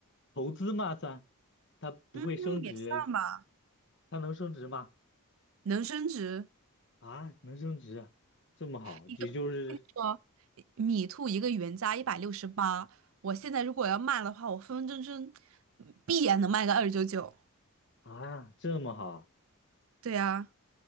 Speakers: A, on the left; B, on the right.
A: 投资嘛，算，它不会升值，
B: 嗯，也算吧，
A: 它能升值吗？
B: 能升值
A: 啊，能升值啊这么好，
B: 一个，
A: 也就是
B: 我跟你说，米兔一个原价一百六十八，我现在如果要卖的话，我分分钟钟必然能卖个二九九，
A: 啊，这么好，
B: 对啊。